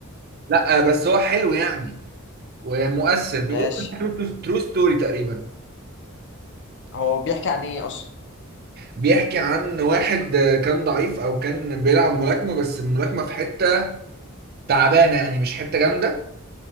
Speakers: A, on the right; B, on the left.
A: لا بس هو حلو يعني ومؤثر بيقول
B: ماشي
A: ترو ستوري تقريبا
B: هو بيحكي عن ايه اصلا
A: بيحكي عن واحد آه، كان ضعيف او كان بيلعب ملاكمه بس الملاكمه في حته تعبانه يعني مش حته جامده